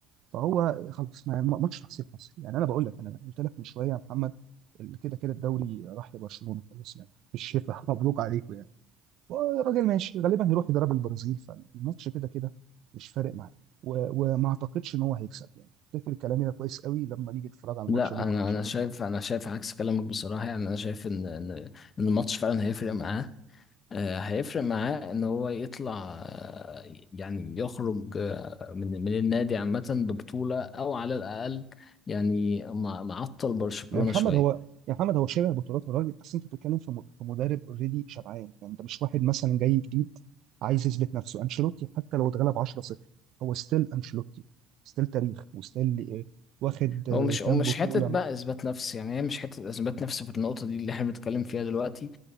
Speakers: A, on the right (about 60°); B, on the left (about 40°).
A: فهو خلاص ما ما- ماتش تحصيل حصل يعني انا بقول لك انا قلت لك من شويه يا محمد ال- كده كده الدوري راح لبرشلونه خلاص يعني بالشفا <laughs> مبروك عليكم يعني الراجل ماشي غالبا هيروح يضرب البرازيل فالماتش كده كده مش فارق معاه و... وما اعتقدش ان هو هيكسب يعني افتكر كلامي ده كويس قوي لما نيجي نتفرج على الماتش
B: لا
A: بكره
B: انا
A: ان شاء
B: انا شايف
A: الله
B: انا شايف عكس كلامك بصراحة يعني انا شايف ان إن- إن الماتش فعلا هيفرق معاه آه، هيفرق معاه ان هو يطلع آه، يعني يخرج آه، من من النادي عامة ببطولة او على الاقل يعني مع- معطل برشلونة
A: يعني محمد
B: شوية
A: هو يا محمد هو شبه بطولات الراجل اصل انت بتتكلم في م- في مدرب اوريدي شبعان يعني انت مش واحد مثلا جاي جديد عايز يثبت نفسه انشيلوتي حتى لو اتغلب 10-0 هو ستيل انشيلوتي ستيل تاريخ وستيل آه، واخد آه،
B: هو مش
A: كام
B: ومش
A: بطولة
B: حتة بقى
A: مع
B: إثبات نفس يعني هي مش حتة إثبات نفس في النقطة دي اللي احنا بنتكلم فيها دلوقتي